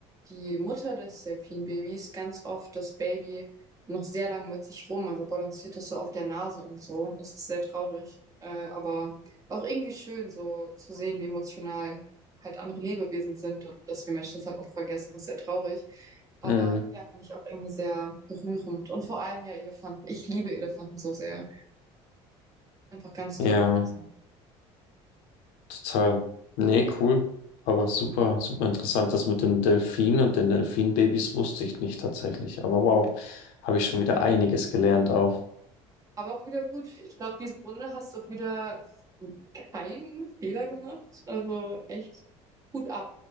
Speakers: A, on the right; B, on the left.
A: die Mutter des Delfinbabys ganz oft das Baby noch sehr lang mit sich rum, also balanciert es so auf der Nase und so. Das ist sehr traurig, äh, aber auch irgendwie schön, so zu sehen, wie emotional halt andere Lebewesen sind und dass wir Menschen das halt oft vergessen, das ist sehr traurig. Aber
B: Mhm.
A: ja, fand ich auch irgendwie sehr berührend. Und vor allem ja Elefanten. Ich liebe Elefanten so sehr. Einfach ganz tolle
B: Ja.
A: Sachen.
B: Total. Nee, cool. Aber super, super interessant. Das mit dem Delfin und den Delfinbabys wusste ich nicht tatsächlich. Aber wow, habe ich schon wieder einiges gelernt auch.
A: Aber auch wieder gut. Ich glaube, diese Runde hast du auch wieder keinen Fehler gemacht. Also echt gut ab.